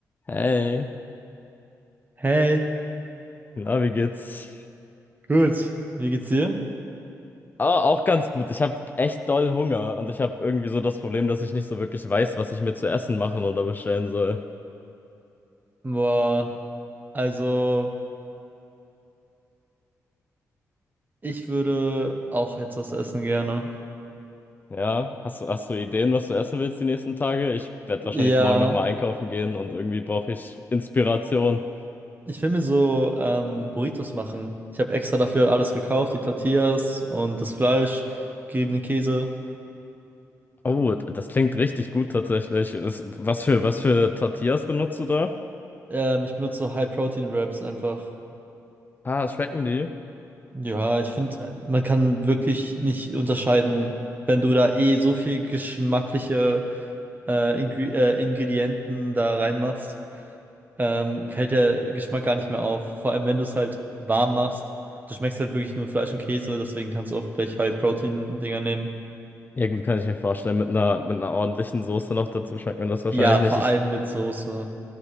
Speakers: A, on the left; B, on the right.
A: Hey,
B: Hey,
A: na, wie geht's?
B: gut. Wie geht's dir?
A: Ah, auch ganz gut. Ich habe echt doll Hunger und ich habe irgendwie so das Problem, dass ich nicht so wirklich weiß, was ich mir zu essen machen oder bestellen soll.
B: Boah, also ich würde auch jetzt was essen gerne.
A: Ja, hast du, hast du Ideen, was du essen willst die nächsten Tage? Ich werde
B: Ja,
A: wahrscheinlich morgen nochmal einkaufen gehen und irgendwie brauche ich Inspiration.
B: ich will mir so ähm, Burritos machen. Ich habe extra dafür alles gekauft, die Tortillas und das Fleisch, geriebenen Käse.
A: Oh, das klingt richtig gut tatsächlich. Ist, was für, was für Tortillas benutzt du da?
B: Ähm, ich benutze so High-Protein-Wraps einfach.
A: Ah, schmecken die?
B: Ja, ich finde, man kann wirklich nicht unterscheiden, wenn du da eh so viel geschmackliche äh, Ingre äh, Ingredienten da reinmachst. ähm, fällt der Geschmack gar nicht mehr auf. Vor allem, wenn du es halt warm machst, du schmeckst halt wirklich nur Fleisch und Käse, deswegen kannst du auch gleich High-Protein-Dinger nehmen.
A: Ja, gut, kann ich mir vorstellen. Mit einer, mit einer ordentlichen Soße noch dazu schmeckt man das wahrscheinlich
B: Ja, vor
A: nicht.
B: allem mit Soße.